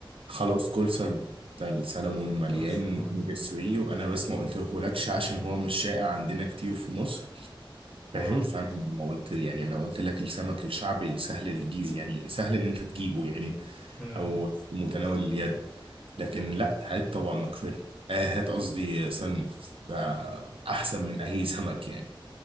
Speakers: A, on the right; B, in the centre.
A: خلاص كل سلمون ده السلمون مليان
B: آه، السلمون
A: اوميجا 3 وانا بس ما قلتهولكش عشان هو مش شائع عندنا كتير في مصر فاهم
B: اه
A: فانا
B: بس-
A: ما قلت يعني انا قلت لك السمك الشعبي السهل الجي يعني سهل ان انت تجيبه يعني
B: امم
A: او في متناول اليد لكن لا هات طبعا مكفر آه هات قصدي سلمون ده احسن من اي سمك يعني